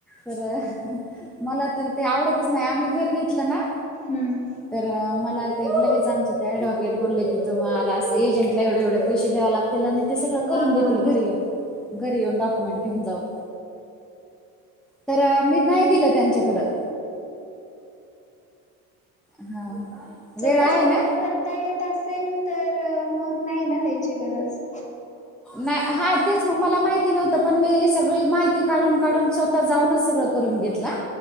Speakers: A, in the centre; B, on the left.
A: तर मला तर ते आवडतच नाही आम्ही घर घेतलं ना.
B: हम
A: तर मला ते लगेच आमचे ते ऍडव्होकेट बोलले की तुम्हाला असं एजंटला एवढे एवढे पैसे द्याव लागतील आणि ते सगळं करून
B: हा
A: देतील
B: हा हा
A: घरी येऊन घरी येऊन डॉक्युमेंट घेऊन जाऊन तर मी नाही दिलं त्यांच्याकडं. हा
B: जर
A: वेळ आहे
B: का स्वतः
A: ना?
B: करता येत असेल तर मग नाही ना द्यायची गरज.
A: नाही हा तेच मग मला माहित नव्हत पण मी सगळी माहिती काढून काढून स्वता जाऊनच सगळं करून घेतल हा